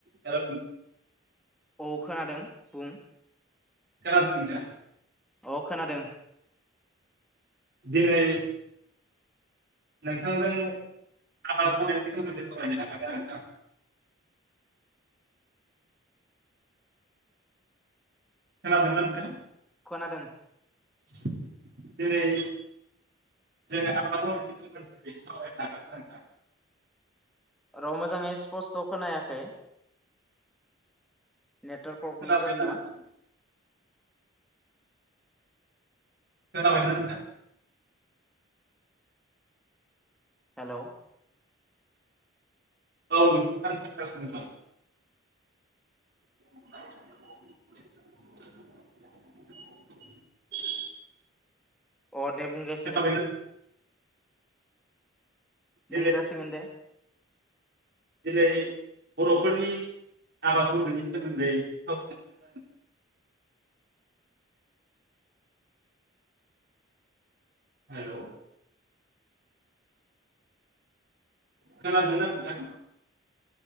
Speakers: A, on the right; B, in the centre.
A: Hello
B: अ खोनादों बुं
A: <inaudible>
B: अ खोनादों
A: दिनै नोंथांजों आबाद मावनायनि सोमोन्दै सावरायनो हागोन ना नोंथां खोनादोंना नोंथां
B: खोनादों
A: जेरै जों आबाद मावनायनि सोमोन्दै सावरायनो हागोन ना नोंथां
B: र' मोजाङै स्पस्त' खोनायाखै नेटवार्क प्रब्लेम
A: खोनाबायना
B: जादों नामा
A: नोंथां खोनाबायना नोंथां
B: हेल'
A: औ नोंथां खोनागासिनो दं <inaudible>
B: अ दे बुंजासिगोन
A: खोनाबायना नोंथां दिनै
B: बुंजासिगोन दे
A: दिनै बर'फोरनि आबाद मावनायनि सोमोन्दै <unintelligible> हेल' खोनादोंना नोंथां